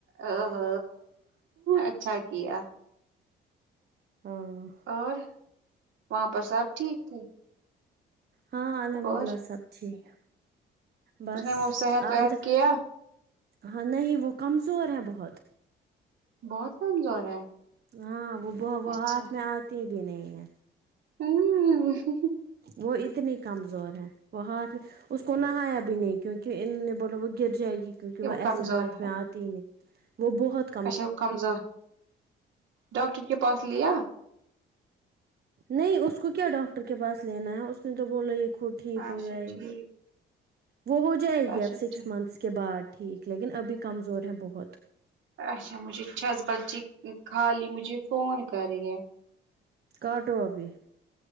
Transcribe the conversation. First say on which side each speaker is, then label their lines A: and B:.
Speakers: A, on the right; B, on the right.
A: او ہو اچھا کیا
B: ہاں
A: اور وہاں پر سب ٹھیک تھے
B: ہاں الحمد
A: اور
B: اللہ سب ٹھیک بس
A: اس نے وہ صحت وحت
B: آپ بتا
A: کیا
B: ہاں نہیں وہ کمزور ہیں بہت
A: بہت کمزور ہے
B: ہاں وہ ب وہ
A: اچھا
B: ہاتھ میں آتی بھی نہیں ہے
A: ہوں ہ ہ
B: وہ اتنی کمزور ہے وہ ہاتھ میں اس کو نہایا بھی نہیں کیونکہ ان نے بولو وہ گر جائے گی کیونکہ وہ ایسے
A: کمزور
B: ہاتھ میں
A: ہے
B: آتی ہی نہیں وہ بہت
A: اچھا کمزور ڈاکٹر کے پاس لیا
B: نہیں اس کو کیا ڈاکٹر کے پاس لینا ہے اس نے تو بولا یہ وہ ٹھیک ہو
A: اچھا
B: جائے
A: ٹھیک
B: گی وہ ہو جائے گی
A: اچھا
B: اب سکس
A: ٹھیک
B: منتھس کے بعد ٹھیک لیکن ابھی کمزور ہے بہت
A: اچھا مجھے چھس بلچی خالی مجھے فون کری ہے
B: کاٹو ابھی